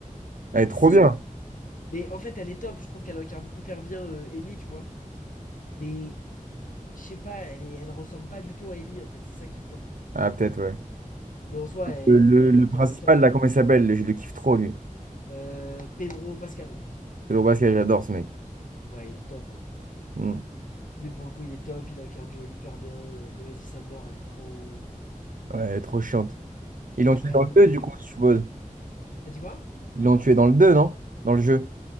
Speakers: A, on the right; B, on the left.
A: Elle est trop
B: Si,
A: bien.
B: Mais en fait, elle est top. Je trouve qu'elle incarne hyper bien euh, Ellie, tu vois. Mais je sais pas, elle, est- elle ressemble pas du tout à Ellie, en fait. C'est ça qui me tente.
A: Ah, peut-être, ouais.
B: Mais en soi, elle,
A: Le, le-
B: elle
A: le principal,
B: incarne au top. hein.
A: là, comment il s'appelle? le- Je le kiffe trop, lui.
B: Euh, Pedro Pascal.
A: Pedro Pascal, j'adore ce mec.
B: Ouais, il est top. hein.
A: Hmm.
B: Lui, pour le coup, il est top. Il incarne Joanne hyper bien. Mais vas-y, sa mort, elle est trop.
A: Ouais, elle est trop chiante.
B: Elle
A: Ils l'ont
B: est vraiment
A: tué dans le
B: trop
A: 2 du
B: du
A: coup,
B: bien.
A: je suppose.
B: T'as dit quoi?
A: Ils l'ont tué dans le 2 non? Dans le jeu.